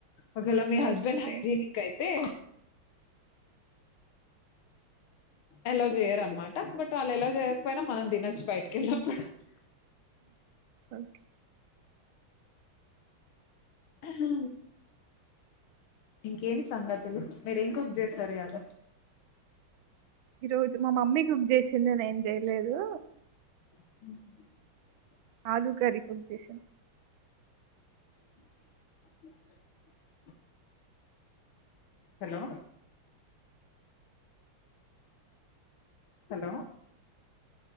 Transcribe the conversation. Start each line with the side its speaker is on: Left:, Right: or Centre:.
Left: ఒకగల మీ హస్బెండ్
Right: ఓకే.
Left: హైజెనిక్ అయితే ఎలా చేయరునమాట బట్ వాళ్ళు ఎలా చేయకపోయినా మనం తినొచ్చి బయటిక వెళ్ళినప్పుడు <inaudible>
Right: ఓకే
Left: హ ఇంకేం సంగతులు మీరేం కుక్ చేశారు ఇయాల
Right: ఈ రోజు మా మమ్మీ కుక్ చేసిందిని నేన్ చెయలేదు
Left: ఉ
Right: ఆలుూ కర్రీ కుక్ చేసాం
Left: <inaudible> హలో హలో